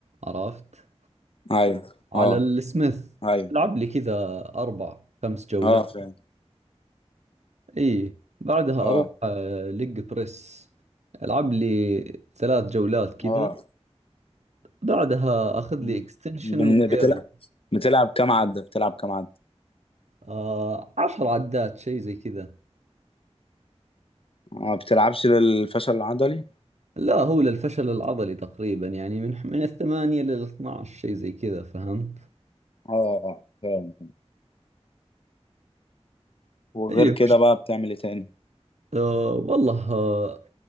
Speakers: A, on the right; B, on the left.
A: عرفت
B: ايوه
A: على
B: اه
A: السميث
B: ايوه
A: العب لي كذا اربع خمس جولات
B: اه فعلا
A: اي بعدها
B: اه
A: اروح آه، لج بريس العب لي ثلاث جولات كذا
B: اه
A: بعدها اخذ لي
B: مم.
A: اكستنشن
B: بن-
A: وكيرل
B: بتلعب بتلعب كام عدة بتلعب كام عدة
A: آه، عشر عدات شيء زي كذا
B: آه، ما بتلعبش للفشل العضلي
A: لا هو للفشل العضلي تقريبا يعني من من الثمانية للاثنى عشر شيء زي كذا فهمت
B: اه اه فعلا فعلا. وغير
A: ايوه
B: كده بقى بتعمل ايه تاني
A: آه والله آه